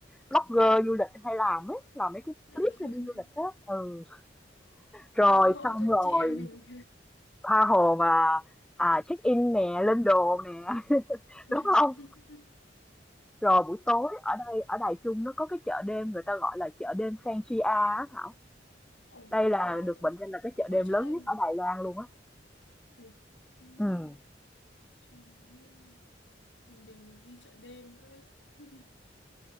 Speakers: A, in the centre; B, on the left.
A: blogger du lịch hay làm ấy làm mấy cái
B: <laughs> Đúng
A: clip
B: rồi.
A: để đi du lịch á ừ rồi
B: Cơ hội
A: xong
B: cho
A: rồi
B: chị em mình.
A: tha hồ mà à check in nè lên đồ nè <laughs>
B: <laughs>
A: đúng không Rồi buổi tối ở đây ở Đài Trung nó có cái chợ đêm người ta gọi là chợ đêm Fansia á Thảo.
B: Ồ,
A: Đây là
B: ồ,
A: được mệnh danh là cái
B: cũng
A: chợ
B: có
A: đêm
B: chợ
A: lớn
B: đêm.
A: nhất ở Đài Loan luôn á.
B: Mình, ừm,
A: Ừ.
B: chẳng nhớ. mình đều được đi chợ đêm nữa ấy. <laughs>